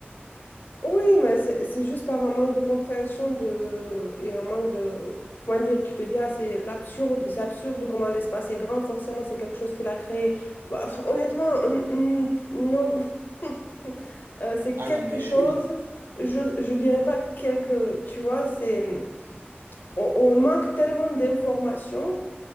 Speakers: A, on the left (about 55°); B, on the right (about 75°).
A: Oui, mais c'est c'est juste par un manque de compréhension de, et un manque de... Comment dire, tu te dis, ah, c'est l'absurde, c'est absurde comment l'espace est grand, forcément c'est quelque chose qu'il a créé. Bah, f- honnêtement, n- n- non. <laughs> Euh, c'est
B: Ah
A: quelque
B: non, mais
A: chose,
B: oui.
A: je, je dirais pas quelque, tu vois, c'est... On, on manque tellement d'informations